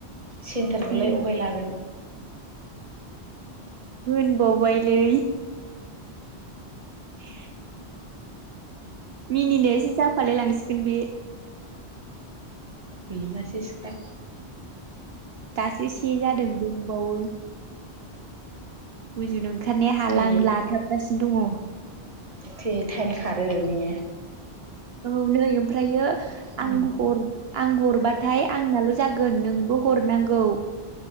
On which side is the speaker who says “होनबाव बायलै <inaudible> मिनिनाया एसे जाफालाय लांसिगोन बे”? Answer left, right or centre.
Right